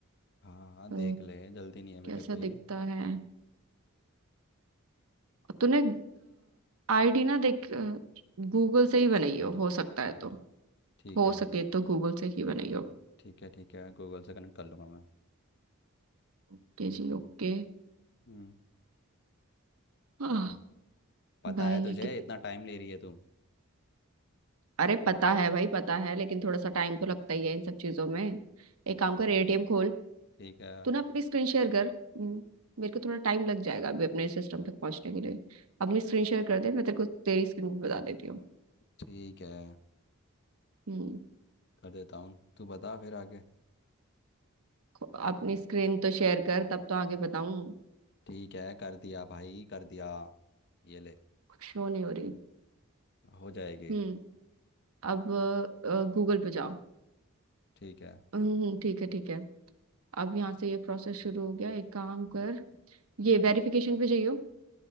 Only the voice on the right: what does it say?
अ,
कैसा
दिखता है तूने आईडी ना देख गूगल से ही बनाई हो हो सकता है तो
हो
सके तो गूगल से ही बनाई हो
ओके जी ओके
आह,
भाई
ये कितनी
अरे पता है भाई पता है लेकिन थोड़ा सा टाइम तो लगता ही है इन सब चीजों में एक काम कर एटीएम खोल
तू ना अपनी स्क्रीन शेयर कर हम्म, मेरे को थोड़ा टाइम लग जाएगा अभी अपने सिस्टम तक पहुंचने के लिए अपनी स्क्रीन शेयर कर दे मैं तेरे को तेरी स्क्रीन भी बता देती हूँ
हम्म
खो- अपनी स्क्रीन तो शेयर कर तब तो आगे बताऊं
शो नहीं हो रही
हम्म अब गूगल पे जाओ
हम्म हम्म, ठीक है ठीक है अब यहाँ से ये प्रोसेस शुरू हो गया एक काम कर ये वेरिफिकेशन पे जाइयो